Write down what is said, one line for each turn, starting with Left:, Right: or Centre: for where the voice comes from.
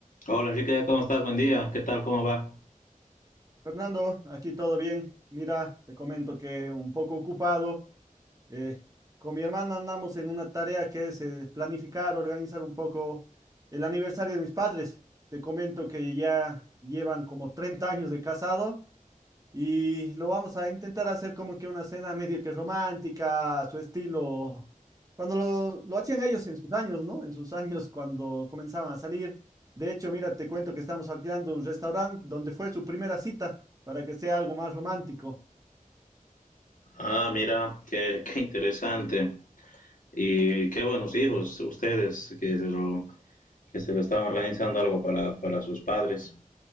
Left: Hola Enrique, ¿cómo estás? Buen día. ¿Qué tal? ¿Cómo va?
Right: Fernando, aquí todo bien. Mira, te comento que un poco ocupado. eh, con mi hermana andamos en una tarea que es eh, planificar, organizar un poco el aniversario de mis padres. Te comento que ya llevan como 30 años de casado y lo vamos a intentar hacer como que una cena medio que romántica, a su estilo, cuando lo, lo hacían ellos en sus años, ¿no? En sus años cuando comenzaban a salir. De hecho, mira, te cuento que estamos alquilando un restaurante donde fue su primera cita para que sea algo más romántico.
Left: Ah, mira, qué, qué interesante. Y qué buenos hijos ustedes que se lo, que se lo están organizando algo para, para sus padres.